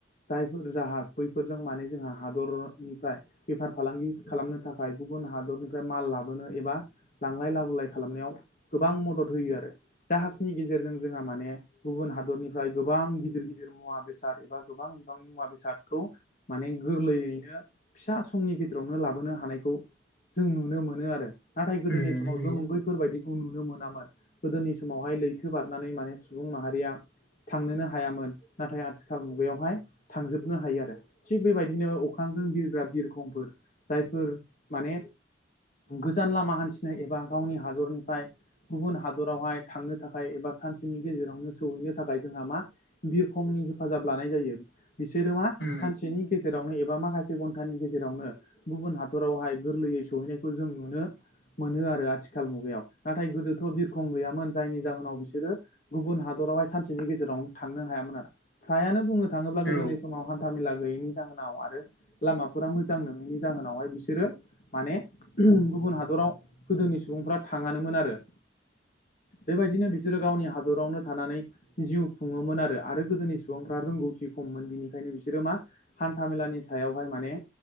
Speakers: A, on the left; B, on the left.
A: जायफोर जाहाज बैफोरजों माने जोंहा हादरनिफ्राय बेफार फालांगि खालामनो थाखाय गुबुन हादरनिफ्राय माल लाबोनो एबा लांलाय लाबोलाय खालामनायाव गोबां मदद होयो आरो जाहाजनि गेजेरजों जोंहा माने गुबुन हादरनि फ्राय गोबां गिदिर गिदिर मुवा बेसाद एबा गोबां बिबांनि मुवा बेसादखौ माने गोरलैयैनो फिसा समनि गेजेरावनो लाबोनो हानायखौ जों नुनो मोनो आरो नाथाय
B: उम
A: गोदोनि समाव
B: नंगौ
A: जों बै फोरबायदिखौ नुनो मोनामोन गोदोनि समावहाय लैथो बारनानै माने सुबुं माहारिया थांनोनो हायामोन नाथाय आथिखाल मुगायावहाय थांजोबनो हायो आरो। थिग बेबायदिनो अख्रांजों बिरग्रा बिरखंफोर जायफोर माने गोजान लामा हान्थिनो एबा गावनि हादरनिफ्राय गुबुन हादरावहाय थांनो थाखाय एबा सानसेनि गेजेरावनो सौहैनो थाखाय जोंहा मा बिरखंनि हेफाजाब लानाय जायो बिसोरो मा
B: उम
A: बिनि गेजेरावनो एबा माखासे घन्टानि गेजेरावनो गुबुन हाद हादरावहाय गोरलैयै सहैनायखौ जों नुनो मोनो आरो आथिखाल मुगायाव नाथाय गोदोथ' बिरखं गैयामोन जायनि जाहोनाव बिसोरो गुबुन हादरावहाय सानसेनि गेजेरावनो थांनो हायामोन आरो फ्रायानो बुंनो थाङोब्ला
B: औ
A: गोदोनि समाव हान था मेला गैयैनि जाहोनाव आरो लामाफोरा मोजां नोङैनि जाहोनावहाय बिसोरो माने गुबुन हादराव गोदोनि सुबुंफ्रा थांङानोमोन आरो। बेबायदिनो बिसोरो गावनि हा दरावनो थानानै जिउ खुङोमोन आरो आरो गोदोनि सुबुंफ्रा रोंगौथि खममोन बिनिखायनो बि बिसोरो मा हान्था मेलानि सायावहाय माने